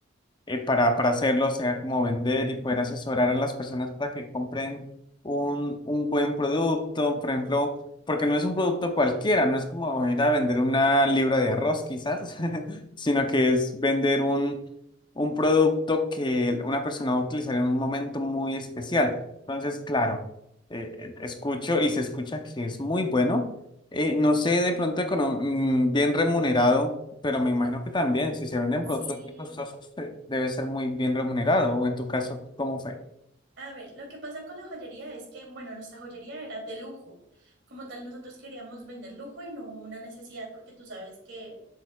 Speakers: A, on the left; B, on the right.
A: eh, para, para hacerlo, o sea, como vender y poder asesorar a las personas para que compren un, un buen producto, por ejemplo, porque no es un producto cualquiera, no es como ir a vender una libra de arroz quizás, <laughs> sino que es vender un, un producto que una persona va a utilizar en un momento muy especial. Entonces, claro, eh, escucho y se escucha que es muy bueno. Eh, no sé de pronto econo- mm, bien remunerado, pero me imagino que también, si se venden productos
B: sí,
A: muy costosos, eh, debe ser muy bien remunerado, o en tu caso, ¿cómo fue?
B: A ver, lo que pasa con la joyería es que, bueno, nuestra joyería era de lujo. Como tal, nosotros queríamos vender lujo y no una necesidad, porque tú sabes que